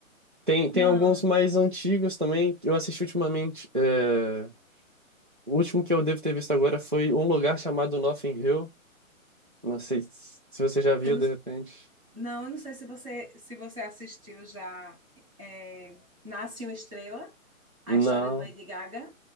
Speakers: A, on the right; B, on the right.
A: Tem, tem
B: Não,
A: alguns mais antigos também. Eu assisti ultimamente. é, O último que eu devo ter visto agora foi Um Lugar Chamado Notting Hill. Não sei se se você já viu,
B: eu não,
A: de repente.
B: Não, eu não sei se você se você assistiu já é, Nasce uma Estrela,
A: Não,
B: a história de Lady Gaga.